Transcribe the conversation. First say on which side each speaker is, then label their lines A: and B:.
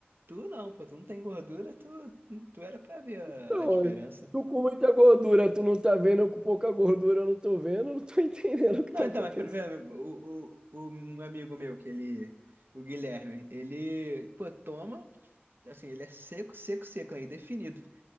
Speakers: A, on the right (about 60°); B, on the right (about 25°).
A: Tu não, pô, tu não tem gordura, tu, tu era pra ver a,
B: Não,
A: a diferença.
B: tu com muita gordura, tu não tá vendo, eu com pouca gordura, eu não tô vendo, eu não tô <laughs> entendendo o que
A: Não,
B: tá
A: então,
B: acontecendo.
A: mas por exemplo, o, o, o um amigo meu, que ele, o Guilherme, ele, pô, toma, assim, ele é seco, seco, seco, né, indefinido.